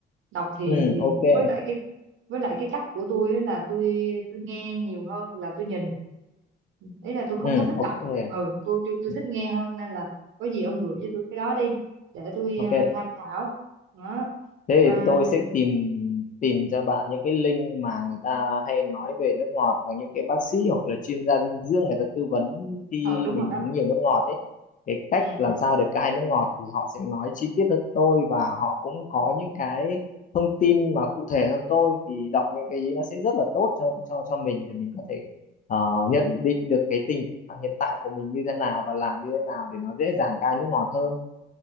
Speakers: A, on the right; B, on the left.
A: đọc thì
B: ừ
A: thì
B: ok
A: với lại cái với lại cái cách của tôi á là tôi tôi nghe nhiều hơn là tôi nhìn Ừ, ý là tôi
B: ừ
A: không có thích
B: ok
A: đọc ừ tôi tôi tôi
B: ừ,
A: thích nghe hơn nên là có gì ông gửi cho tôi cái đó đi để tôi
B: ok
A: à, tham khảo đó
B: Thế
A: à,
B: thì tôi sẽ tìm tìm cho bạn những cái link mà người ta hay nói về nước ngọt và những cái bác sĩ hoặc là chuyên gia dinh dưỡng người ta tư vấn khi
A: ờ đúng
B: mình
A: rồi đó
B: uống nhiều nước ngọt ấy cái cách
A: ừ
B: làm sao để cai nước ngọt thì họ sẽ nói chi tiết hơn tôi và họ cũng có những cái thông tin mà cụ thể hơn tôi thì đọc những cái ý nó sẽ rất là tốt cho cho cho mình để mình có thể ờ, nhận định được cái tình trạng hiện tại của mình như thế nào và làm như thế nào để nó dễ dàng cai nước ngọt hơn